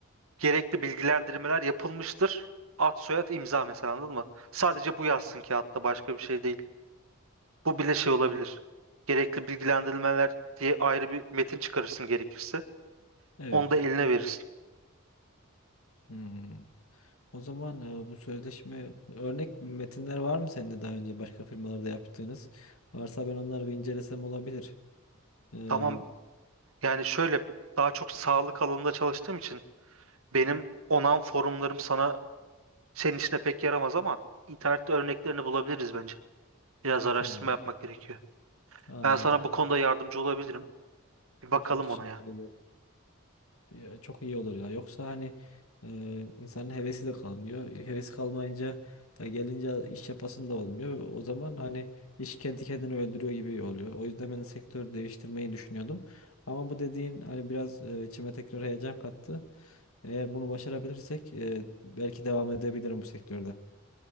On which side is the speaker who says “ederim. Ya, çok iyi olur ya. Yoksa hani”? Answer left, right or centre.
Left